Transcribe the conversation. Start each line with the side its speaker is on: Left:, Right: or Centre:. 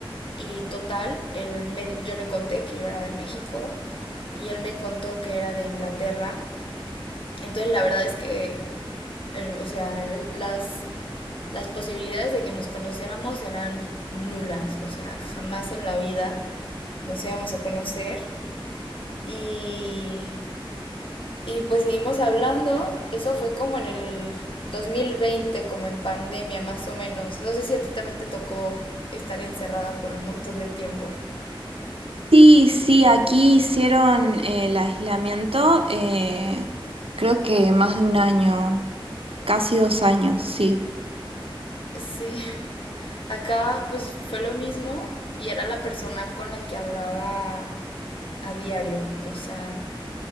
Left: y total, él me- yo le conté que yo era de México y él me contó que era de Inglaterra. Entonces la verdad es que eh, o sea, las, las posibilidades de que nos conociéramos eran nulas, o sea, jamás en la vida nos íbamos a conocer. Y, y pues seguimos hablando, eso fue como en el 2020, como en pandemia más o menos. No sé si a ti también te tocó estar encerrada por un montón de tiempo.
Right: Sí, sí, aquí hicieron eh, el aislamiento, eh, creo que más de un año, casi dos años, sí.
Left: Sí, acá pues fue lo mismo y era la persona con la que hablaba a diario, o sea,